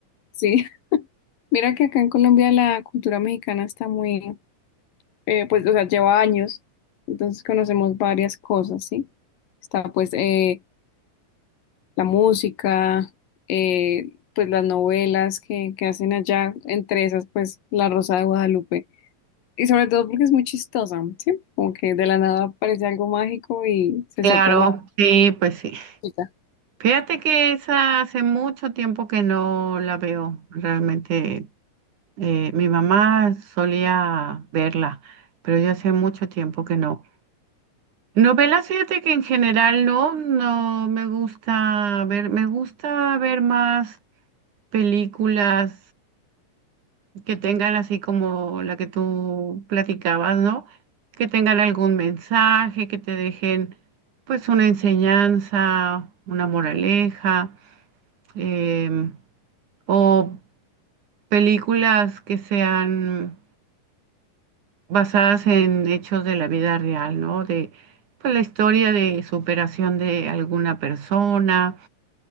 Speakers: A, on the left; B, on the right.
A: sí. <laughs> Mira que acá en Colombia la cultura mexicana está muy eh, pues, o sea, lleva años, entonces conocemos varias cosas, ¿sí? Está pues eh, la música, eh, pues las novelas que, que hacen allá, entre esas pues La Rosa de Guadalupe. Y sobre todo porque es muy chistosa, ¿sí? Como que de la nada aparece algo mágico y se
B: Claro,
A: sopla la
B: sí, pues sí.
A: varita.
B: Fíjate que esa hace mucho tiempo que no la veo. Realmente eh, mi mamá solía verla, pero yo hace mucho tiempo que no. Novelas, fíjate que en general no, no me gusta ver, me gusta ver más películas que tengan así como la que tú platicabas, ¿no? Que tengan algún mensaje, que te dejen pues una enseñanza, una moraleja, em, o películas que sean basadas en hechos de la vida real, ¿no? De pues, la historia de superación de alguna persona